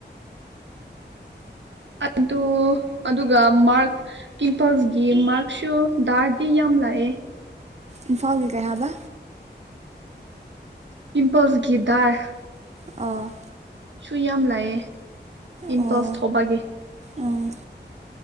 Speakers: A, on the right (about 80°); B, on the right (about 35°).
A: ꯑꯗꯨ ꯑꯗꯨꯒ ꯃꯥꯔꯛ ꯄꯤꯝꯄꯜꯁꯒꯤ ꯃꯥꯔꯛꯁꯨ ꯗꯥꯔꯗꯤ ꯌꯥꯝ ꯂꯥꯛꯑꯦ
B: ꯏꯝꯐꯥꯜꯒꯤ ꯀꯌꯥꯕ
A: ꯄꯤꯝꯄꯜꯁꯒꯤ ꯗꯥꯔ
B: ꯑ
A: ꯁꯨ ꯌꯥꯝ ꯂꯩꯑꯦ ꯕꯤꯟꯊꯣꯁ
B: ꯑꯣ
A: ꯊꯧꯕꯒꯤ
B: ꯎꯝ